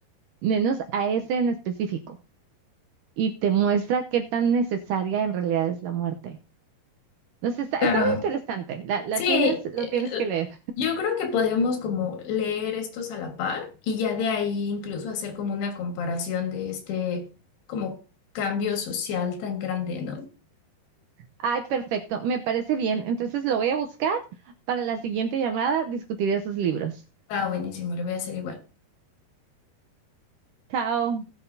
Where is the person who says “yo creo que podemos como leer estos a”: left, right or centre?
Left